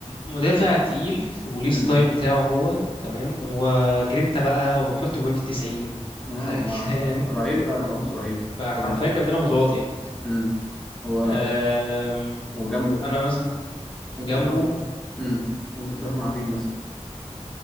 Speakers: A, on the left; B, in the centre.
A: مدافع تقيل وليه
B: امم
A: ستايل بتاعه هو تمام وجرينتا بقى ويحط جوان في التسعين
B: آه،
A: وحاجة
B: و-
A: <laughs> كده يعني
B: رهيب فعلا راموس رهيب
A: فحرفيا
B: تمام
A: جاب لنا بطولات يعني
B: امم هو
A: أم،
B: هو جنبه
A: انا مثلا
B: ممكن
A: جنبه
B: تروح امم ممكن تروح مع مين مثلا